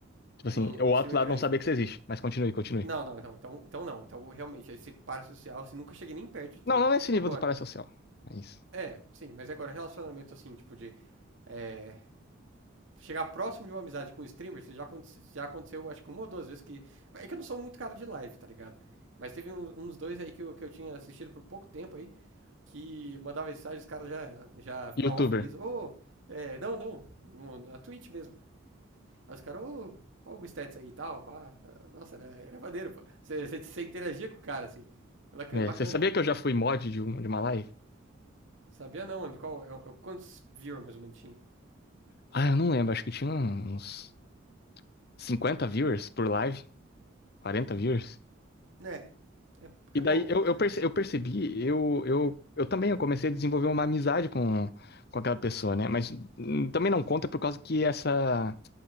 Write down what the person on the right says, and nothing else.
um,
um streamer
grande,
né?
Não, não, não. Então, então não. Então, realmente, esse par social, assim, nunca cheguei nem perto de ter.
Agora,
é, sim, mas agora, relacionamento, assim, tipo, de é, chegar próximo de uma amizade com um streamer, isso já, aconte- já aconteceu, acho que uma ou duas vezes que. É que eu não sou muito cara de live, tá ligado? Mas teve um- uns dois aí que eu, que eu tinha assistido por pouco tempo aí, que mandava mensagem, os caras já, já ficavam
ó felizes. Ô, oh, é, não, não, na Twitch mesmo. Aí os caras, ô, ó o Gustetz aí e tal, pá. Nossa, era, era maneiro, pô. Você, você, você interagia com o cara, assim. Bacana,
bacana,
pô,
bacana.
Sabia não, mano, qual, é, é quantos viewers mais ou menos tinha?
É, é,
é
pouco
até,
mais
ou
menos.